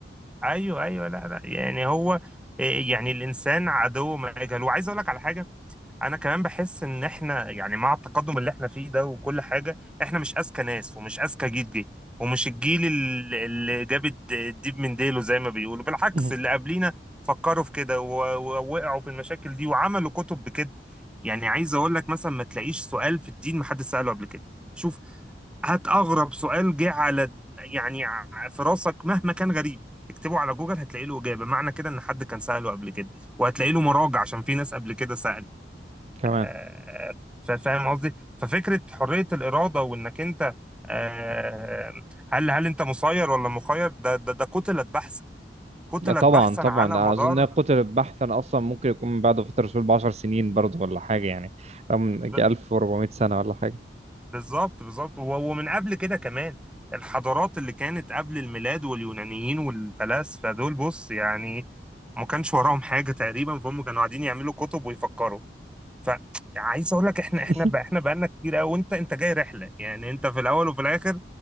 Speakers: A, in the centre; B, on the right.
A: ايوه ايوه لا لا يعني هو إيه، يعني الانسان عدو ما يجهل وعايز اقول لك على حاجه انا كمان بحس ان احنا يعني مع التقدم اللي احنا فيه ده وكل حاجه احنا مش اذكى ناس ومش اذكى جيل جه ومش الجيل ال- اللي جاب الد- الديب من ديله زي ما بيقولوا بالعكس
B: مهم.
A: اللي قبلينا فكروا في كده و- ووقعوا في المشاكل دي وعملوا كتب بكده يعني عايز اقول لك مثلا ما تلاقيش سؤال في الدين ما حد سأله قبل كده شوف هات اغرب سؤال جه على يعني ع- في راسك مهما كان غريب اكتبه على جوجل هتلاقي له اجابه معنى كده ان حد كان سأله قبل كده وهتلاقي له مراجع عشان في ناس قبل كده سألت
B: كمان
A: آه، فا- فاهم قصدي ففكره حريه الاراده وانك انت آه، هل هل انت مسير ولا مخير ده ده ده كتلة بحثا كتلة
B: لا طبعا
A: بحثا
B: طبعا
A: على مدار
B: اظن إن هي قتل بحثا اصلا ممكن يكون من بعد فتره الرسول ب 10 سنين برضه ولا حاجه يعني أم- يجي
A: ب-
B: 1400 سنه ولا حاجه
A: بالظبط بالظبط و- ومن قبل كده كمان الحضارات اللي كانت قبل الميلاد واليونانيين والفلاسفه دول بص يعني ما كانش وراهم حاجه تقريبا فهم كانوا قاعدين يعملوا كتب ويفكروا فعايز اقول لك احنا
B: <laughs>
A: احنا بقى احنا بقالنا كتير قوي وانت انت جاي رحله يعني انت في الاول وفي الاخر